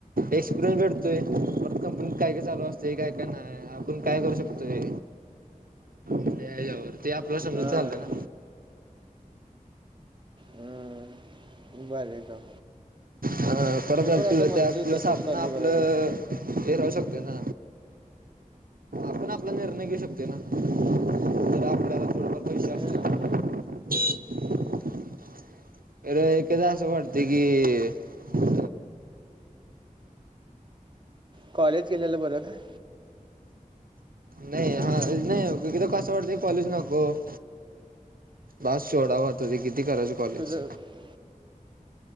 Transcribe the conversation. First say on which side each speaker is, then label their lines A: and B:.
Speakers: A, on the right; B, on the right.
A: एक्सपिरियन्स भेटतोय परत कंपनीत काय काय चालू असते काय काय नाही. आपण काय करू शकतोय. त्या हच्यावर ते आपलं समजत
B: हां,
A: चालत ना.
B: हं. भारी काम
A: ह परत
B: मी
A: जर
B: पण आता म्हणतोय
A: त्या दिवस
B: तसंच
A: आपण
B: चालू
A: आपलं.
B: करायचं.
A: ते राहू शकतोय ना, आपण आपला निर्णय घेऊ शकतोय ना. जर आपल्याला थोडेफार पैसे
B: हम्म.
A: असतील तर <inaudible> तर एकदा असं वाटते की अ
B: कॉलेज गेलेलं बरं का?
A: नाही हा, नाही एक एकदा <unintelligible> कसं वाटतंय कॉलेज नको- बस सोडाव त ते किती करायचं कॉलेज.
B: तुझं तुझं